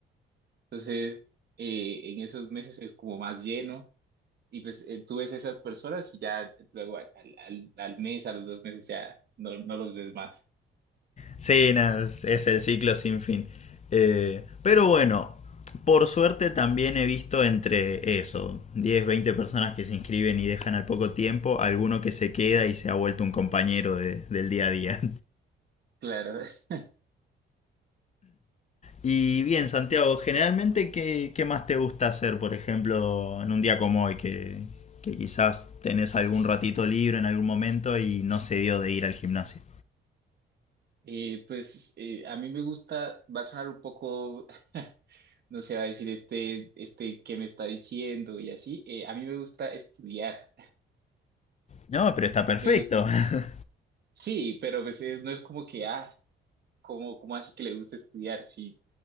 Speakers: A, on the right; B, on the left.
A: Entonces, eh, en esos meses es como más lleno y pues eh, tú ves a esas personas y ya luego al, al- al- al mes, a los dos meses ya no, no los ves más.
B: Sí, nada, es, es el ciclo sin fin. Eh, pero bueno, por suerte también he visto entre eso, 10, 20 personas que se inscriben y dejan al poco tiempo, alguno que se queda y se ha vuelto un compañero de- del día a día.
A: Claro, <laughs>
B: Y bien, Santiago, generalmente, ¿qué, qué más te gusta hacer, por ejemplo, en un día como hoy, que, que quizás tenés algún ratito libre en algún momento y no se dio de ir al gimnasio?
A: Eh, pues eh, a mí me gusta, va a sonar un poco no se va a decir este, este, que me está diciendo? Y así, eh, a mí me gusta estudiar,
B: No, pero está
A: <laughs>
B: perfecto.
A: me gusta,
B: <laughs>
A: sí, pero pues es- no es como que, ah, ¿cómo, cómo así que le gusta estudiar? Si,